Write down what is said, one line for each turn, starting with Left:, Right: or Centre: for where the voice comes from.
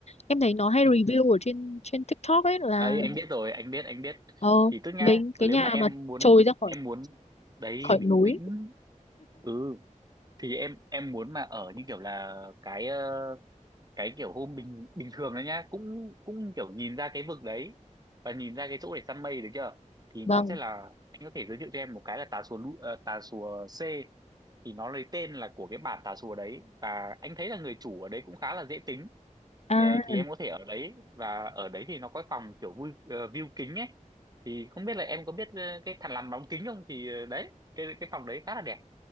Left: em thấy nó hay
Right: ừ.
Left: review ở trên trên TikTok ấy là
Right: đấy anh biết rồi anh biết anh biết
Left: ờ
Right: thì tức nhá
Left: mấy
Right: nếu
Left: cái nhà
Right: mà em
Left: mà
Right: muốn
Left: trồi ra khỏi
Right: em muốn đấy
Left: khỏi
Right: bình
Left: núi
Right: tĩnh ừ thì em em muốn mà ở như kiểu là cái ờ, cái kiểu hôm bình bình thường đấy nhá cũng cũng kiểu nhìn ra cái vực đấy và nhìn ra cái chỗ để săn mây được chưa thì nó
Left: Vâng.
Right: sẽ là anh có thể giới thiệu cho em một cái là tà xùa Lu- ờ, tà xùa C thì nó lấy tên là của cái bản tà xùa đấy và anh thấy là người chủ ở đấy cũng khá là dễ tính
Left: À,
Right: Ờ, thì em có thể ở đấy và ở đấy thì nó có phòng kiểu vui ờ, view kính ấy thì không biết là em có biết ờ, cái thằn lằn bóng kính không thì ờ, đấy cái cái phòng đấy khá là đẹp